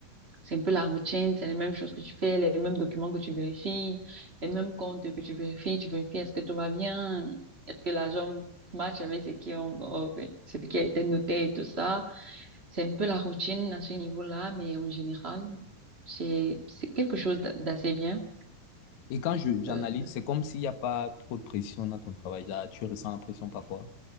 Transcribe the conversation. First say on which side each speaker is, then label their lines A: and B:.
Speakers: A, on the right (about 30°); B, on the left (about 65°).
A: C'est un peu la routine, c'est les mêmes choses que tu fais, les mêmes documents que tu vérifies, les mêmes comptes que tu vérifies. Tu vérifies est-ce que tout va bien, est-ce que l'argent match avec ce qui, ont- euh, ce qui a été noté et tout ça. C'est un peu la routine à ce niveau-là, mais en général, c'est c'est quelque chose d'a- d'assez bien.
B: Et quand je, j'analyse,
A: Euh,
B: c'est comme s'il n'y a pas trop de pression dans ton travail. Déjà, tu ressens la pression parfois.